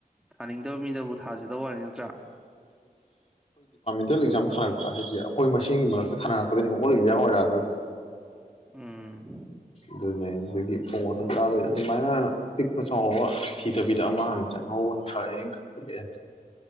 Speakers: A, in the centre; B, on the left.
A: ꯊꯥꯅꯤꯡꯗꯕ ꯃꯤꯗꯕꯨ ꯊꯥꯖꯗꯕ ꯋꯥꯅꯤ ꯅꯠꯇ꯭ꯔꯥ
B: ꯇꯨꯌꯦꯦꯜ ꯑꯦꯛꯥꯝ ꯊꯥꯔꯛꯄ ꯍꯥꯏꯁꯦ ꯑꯩꯈꯣꯏꯁꯒꯤ ꯃꯔꯛꯇ ꯊꯥꯅꯔꯛꯀꯣꯏꯅꯦ ꯑꯣ ꯏꯟꯗꯤꯌꯥ ꯑꯣꯏꯔꯛꯔꯣꯏ
A: ꯎꯝ
B: ꯑꯗꯨꯅꯦ ꯑꯗꯨꯒꯤ ꯄ꯭ꯔꯣꯃꯣꯁꯟ ꯀꯥꯕ ꯑꯗꯨꯃꯥꯏꯅ ꯍꯥꯟꯅ ꯄꯤꯛꯄꯁꯨ ꯆꯥꯎꯕ ꯊꯤꯗꯕꯤꯗ ꯑꯃ ꯍꯥꯟ ꯆꯪꯍꯧꯕꯅ ꯐꯔꯦꯅ ꯈꯟꯂꯑꯦ